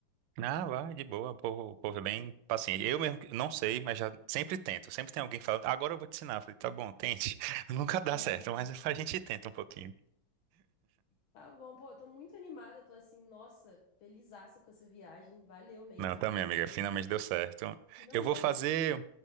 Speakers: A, on the right (about 75°); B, on the left (about 85°).
A: Ah, vai, de boa, o povo, o povo é
B: Sim.
A: bem paciente. Eu mesmo que- não sei, mas já sempre tento. Sempre tem alguém falando, agora eu vou te ensinar. Eu falei, tá bom, tente. <laughs> Nunca dá
B: Maravilha.
A: certo, mas a gente tenta um pouquinho.
B: Tá bom, pô, eu tô muito animada, eu tô assim, nossa, felizaça com essa viagem, valeu mesmo.
A: Não, tá, minha amiga,
B: É,
A: finalmente deu certo.
B: Finalmente.
A: Eu vou fazer